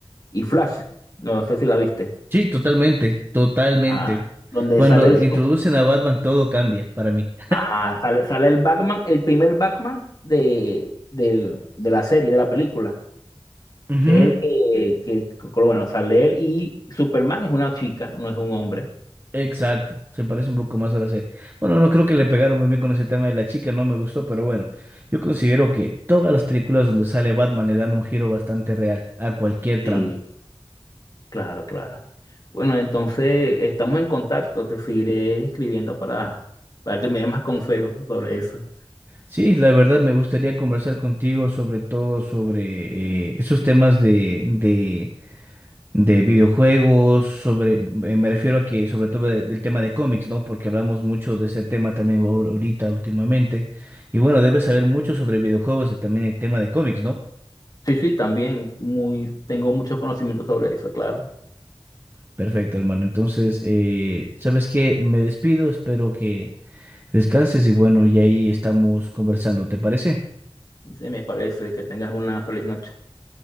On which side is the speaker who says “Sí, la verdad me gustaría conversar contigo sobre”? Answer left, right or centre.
Right